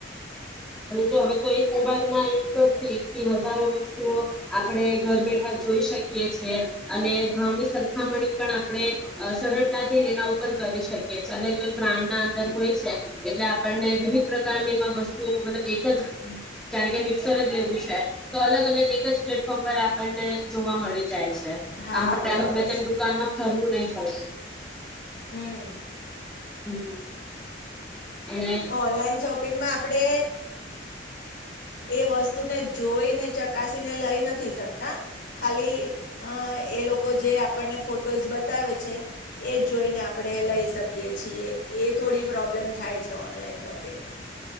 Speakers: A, in the centre; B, on the left (about 65°).
A: જો હવે તો એક મોબાઈલ ના એક જ એક થી હજારો વસ્તુઓ આપડ ઘર બેઠા જોઈ શકીએ છેએ અને ભાવની સરખામણી પણ આપણે સરળ થી એના ઉપર કરી શકીીએ અલગ અલગ બ્રાન્ડ ના અંદર હોય છે એટલે આપણને વિવિધ પ્રકારની વસ્તુઓ મલબ એક જ જાણે કે મિક્સર જ લેવું છે તો અલગ અલગ એક જ પ્લેટફોર્મ પર આપણને જોવા મળી જાય છે <unintelligible>
B: હા બરાબર છે
A: દુકાનમાં ફરવું નહી પડે.
B: હમ.
A: હમ. અને
B: ઓનલાઈન શોપ. શોપિંગમાં આપણે એ આ વસ્તુને જોઈને ચકાસીને લઈ નથી, શકતા ખાલી આ લોકો જે આપણને ફોટોઝ બતાવે છે એ જ જોઈને આપણે લઈ શકીએ છીએ, એ થોડી પ્રોબ્લેમ થાય છે. Online shopping.